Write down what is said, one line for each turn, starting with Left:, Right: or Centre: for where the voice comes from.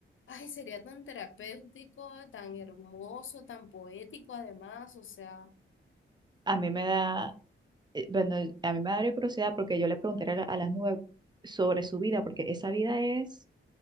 Left: ay, sería tan terapéutico, tan hermoso, tan poético además. O sea,
Right: a mí me
Left: no.
Right: da.
Left: no.
Right: eh, Bueno, a mí me daría curiosidad porque yo le preguntaría a la- a las nubes sobre su vida, porque esa vida es,